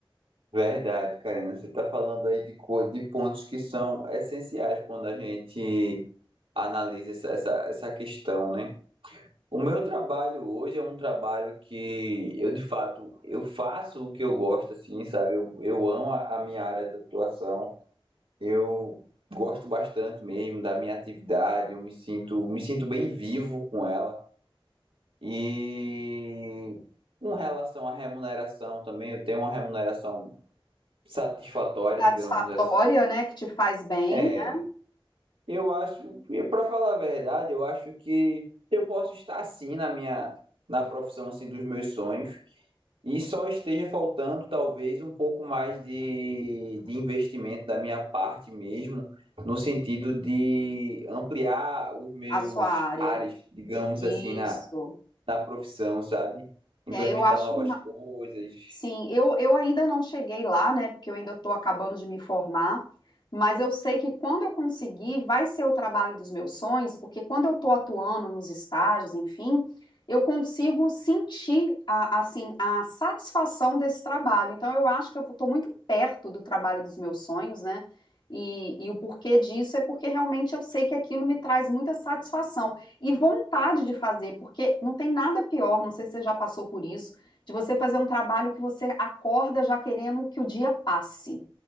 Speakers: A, on the right; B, on the left.
A: Verdade, Karina, você está falando aí de, co- de pontos que são essenciais quando a gente analisa essa, essa, essa questão, né? O meu trabalho hoje é um trabalho que eu, de fato, eu faço o que eu gosto, assim, sabe? Eu, eu amo a a minha área de atuação. Eu gosto bastante mesmo da minha atividade, eu me sinto, me sinto bem vivo com ela. E com relação à remuneração também, eu tenho uma remuneração satisfatória,
B: Satisfatória,
A: digamos assim.
B: né, que te faz bem
A: É,
B: né,
A: Eu acho, para falar a verdade, eu acho que eu posso estar assim na minha na profissão assim dos meus sonhos e só esteja faltando talvez um pouco mais de, de investimento da minha parte mesmo, no sentido de ampliar os meus
B: a sua área.
A: ares, digamos
B: Isso.
A: assim, na, na profissão, sabe? Implementar
B: É, eu acho
A: novas coisas.
B: Sim, eu, eu ainda não cheguei lá, né? Porque eu ainda estou acabando de me formar, mas eu sei que quando eu conseguir, vai ser o trabalho dos meus sonhos, porque quando eu estou atuando nos estágios, enfim, eu consigo sentir a, assim, a satisfação desse trabalho. Então, eu acho que eu estou muito perto do trabalho dos meus sonhos, né? E, e o porquê disso é porque realmente eu sei que aquilo me traz muita satisfação e vontade de fazer, porque não tem nada pior, não sei se você já passou por isso de você fazer um trabalho que você acorda já querendo que o dia passe.